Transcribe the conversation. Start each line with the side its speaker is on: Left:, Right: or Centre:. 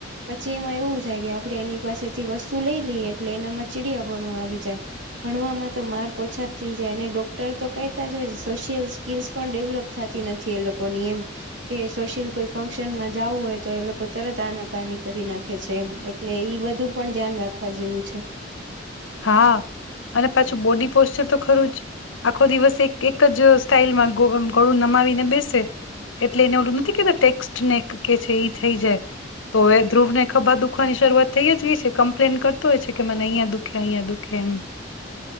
Right: પછી એમાં એવું થાય કે આપડે એની પાસેથી વસ્તુ લઈ લઈએ એટલે એનામાં ચીડિયાપણું આવી જાય ભણવામાં તો માર્ક ઓછા થઈ જાય અને ડોક્ટર તો કહેતા જ હોય સોશિયલ સ્કીલસ પણ ડેવલપ થાતી નથી એ લોકોની એમ. કે સોશિયલ કોઈ ફંક્શન માં જવું હોય તો એ લોકો તરત આનાકાની કરી નાખે છે એમ એટલે ઈ બધું પણ ધ્યાન રાખવા જેવું છે.
Left: હા અને પાછું બોડી પોશ્ચર તો ખરું જ, આખો દિવસ એક-એક જ સ્ટાઈલમાં ગળું નમાવીને બેસે એટલે એને ઓલું નથી કેતા ટેક્સ્ટ ને કે છે એ થઈ જાય તો હવે ધ્રુવ ને ખભા દુખવાની શરૂઆત થઈ જ ગઈ છે કમ્પ્લેન કરતો હોય છે કે મને અહીંયા દુ દુખે અહીંયા દુઃખે એમ